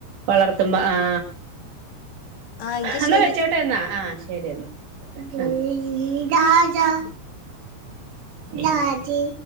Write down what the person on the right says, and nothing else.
വളർത്തുമ്പോ ആ.
എന്നാ
വെച്ചോട്ടെ ന്നാ ആ ശരി എന്നാ അ. ഉ രാജാ രാജി.